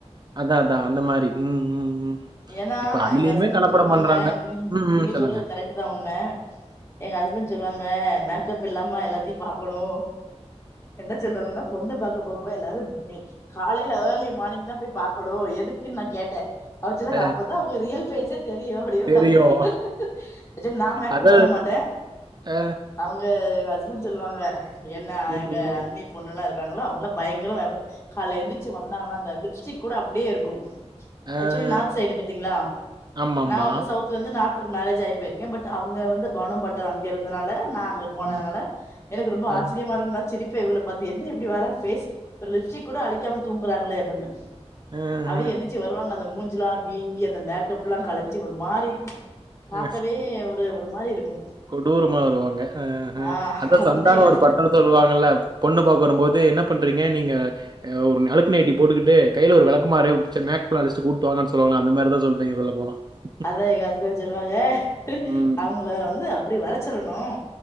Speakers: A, on the right (about 40°); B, on the left (about 25°).
A: அதா அதா அந்த மாரி ம் ம் ம்
B: ஏன்னா
A: இப்ப அதுலயுமே
B: எங்க ஹஸ்பண்ட்
A: கலப்படம்
B: சொல்லுவாங்க
A: பண்றாங்க.
B: நீ
A: ம் ம்
B: நீங்க
A: சொல்லுங்க.
B: சொல்றது கரெக்ட் தா உண்மை எங்க ஹஸ்பண்ட் சொல்லுவாங்க மேக்கப் இல்லாம எல்லாத்தையு பாக்கணு என்ன சொல்லுவாங்கன்னா பொண்ண பாக்க போக போ எல்லாரு நீ காலையில ஏர்லி மார்னிங் தா போய் பாக்கனு எதுக்குன் நா கேட்டே அவர் சொன்னாரு
A: ம்.
B: அப்பதா உங்க ரியல் பேஸ்ஸே தெரியு
A: தெரியும்.
B: ஆக்சுவலி நா மேக்கப்
A: அதான்
B: பண்ண மாட்டே
A: அ,
B: அவுங்க எங்க ஹஸ்பண்ட் சொல்லுவாங்க என்ன
A: ம்,
B: எங்க அன்னி பொண்ணுல்லா இருக்காங்களா அவங்களா பயங்கர மேகப் காலைல எழுந்திரச்சு வந்தாங்கன்னா அந்த லிப்ஸ்டிக் கூட அப்டியே இருக்கு
A: ஆஹ,
B: ஆக்சுவலி நார்த் சைடு பாத்தீங்களா
A: ஆமாமா.
B: நான் வந்து சவுத் வந்து நார்த்துக்கு மேரேஜ் ஆயி போயிருக்கே பட் அவங்க வந்து பாணுபட்டர் அங்க இருந்தனால நா அங்க போனதுனால
A: ம்,
B: எனக்கு ரொம்ப
A: அ,
B: ஆச்சரியமா இருக்கும் நா சிரிப்பே இவகள பார்த்த என்ன எப்படி வர ஃபேஸ் ஒரு லிப்ஸ்டி் கூட அழிக்காம தூங்குறாங்களே அப்டின்னு
A: ஆஹ,
B: அப்டியே எந்திரிச்சி வருவாங்க அந்த மூஞ்சுலா வீங்கி அந்த மேக்கப் எல்லா கலைஞ்சி ஒரு மாரி பாக்கவே
A: அ,
B: ஒரு ஒரு மாரி இருக்கு
A: கொடூரமா வருவாங்க அ அ
B: ஆ
A: அதா
B: அப்பதா
A: சந்தானம்
B: எங்க ஹஸ்பண்ட்
A: ஒரு படத்துல சொல்லுவாங்கல்ல பொண்ணு பாக்க வரும்போது என்ன பண்றீங்க நீங்க ஒரு அலுக்கு நைட்டி போட்டுக்கிட்டு கைல ஒரு விளக்கமாரு மேக்கப் ஆர்டிஸ்ட் கூட்டுவாங்க சொல்லுவாங்க அந்தமாரி தா சொல்லிட்டு <unintelligible>
B: அதா எங்க ஹஸ்பண்ட் சொல்லுவாங்க
A: ம்.
B: அவங்கள வந்து அப்டி வர சொல்லணு